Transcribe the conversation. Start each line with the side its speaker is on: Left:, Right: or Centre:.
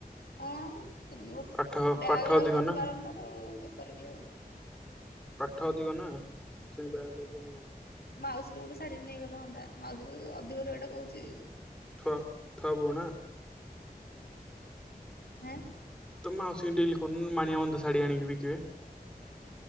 Left: ହଁ ତିନି ବର୍ଷ
Centre: ପାଠ
Left: ବ୍ୟାଗ
Centre: ପାଠ
Left: ଲାଗୁଚି
Centre: ଅଧିକ ନା
Left: ତ ବାରମ୍ବାର ଆଉ। ପେପର୍ କ୍ଲିୟର ହଉନଥିବ।
Centre: ପାଠ ଅଧିକ ନା। <unintelligible>
Left: ମାଉସୀରୁୁ ଗୋଟେ ଶାଢୀଟେ ନେଇଗଲେ ହଅନ୍ତା ମାଉସୀକୁ କହୁଚି ଅଧିକ ରେଟ କହୁଚି।
Centre: <unintelligible>
Left: ଏଁ?
Centre: ତୋ ମାଉସୀଙ୍କୁ ଡେଲି କହୁନୁ ମାଣିଆବନ୍ଧ ଶାଢ଼ୀ ଆଣିକି ବିକିବେ।